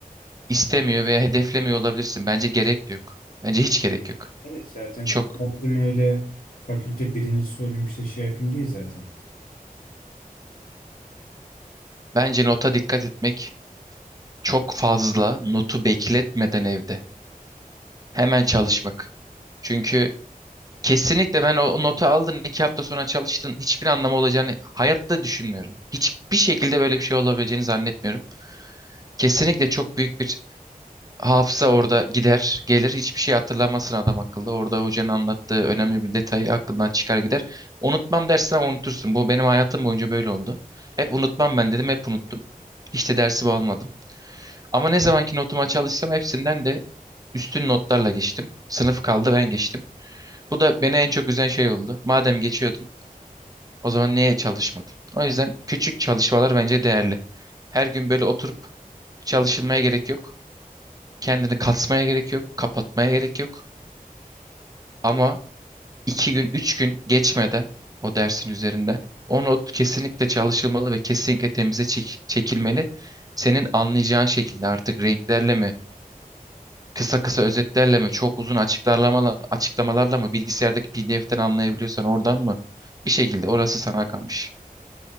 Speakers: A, on the right; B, on the left.
A: istemiyor veya hedeflemiyor olabilirsin. Bence gerek de yok. Bence hiç gerek yok.
B: Evet zaten
A: Çok.
B: çok derdim öyle fakülte birincisi olayım işte şey yapayım değil zaten.
A: Bence nota dikkat etmek çok fazla notu bekletmeden evde. Hemen çalışmak. Çünkü Kesinlikle ben o notu aldın iki hafta sonra çalıştın hiçbir anlamı olacağını hayatta düşünmüyorum. Hiçbir şekilde böyle bir şey olabileceğini zannetmiyorum. Kesinlikle çok büyük bir hafıza orada gider gelir hiçbir şey hatırlamasın adam akıllı. Orada hocanın anlattığı önemli bir detayı aklından çıkar gider. Unutmam dersen unutursun bu benim hayatım boyunca böyle oldu. Hep unutmam ben dedim hep unuttum. Hiç de dersi almadım. Ama ne zamanki notuma çalışsam hepsinden de üstün notlarla geçtim. Sınıf kaldı ben geçtim. Bu da beni en çok üzen şey oldu. Madem geçiyordun O zaman neye çalışmadın? O yüzden küçük çalışmalar bence değerli. Her gün böyle oturup çalışılmaya gerek yok. Kendini kasmaya gerek yok. Kapatmaya gerek yok. Ama iki gün, üç gün geçmeden o dersin üzerinden o not kesinlikle çalışılmalı ve kesinlikle temize çek- çekilmeli. Senin anlayacağın şekilde artık renklerle mi, kısa kısa özetlerle mi, çok uzun açıklamalarla, açıklamalarla mı, bilgisayardaki PDF'ten anlayabiliyorsan oradan mı? Bir şekilde orası sana kalmış.